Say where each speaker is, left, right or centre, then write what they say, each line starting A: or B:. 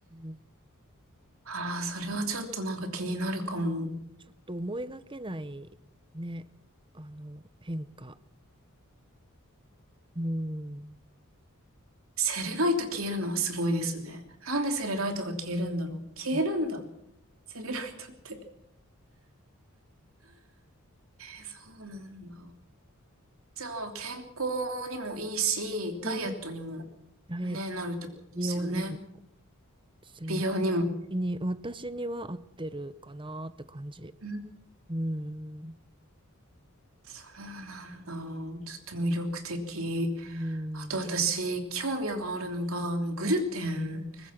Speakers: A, on the right; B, on the right.
A: ん
B: ああ、それはちょっとなんか気になるかも。
A: ちょっと思いがけないね、あの、変化。うん。
B: セレライト消えるのはすごいですね。なんでセレライトが消えるんだろう。消えるんだ。
A: うん
B: セレライトって。え、そうなんだ。じゃあ、健康にもいいし、ダイエットにも
A: うんダイエット
B: ね、なるってことですよね。
A: 用にも、全
B: 美容にも。
A: 然に、私には合ってるかなって感じ。
B: うん
A: うん。
B: そうなんだ。ちょっと魅力的。
A: うん。
B: あと私、興味があるのが、あの、グルテン。
A: うん。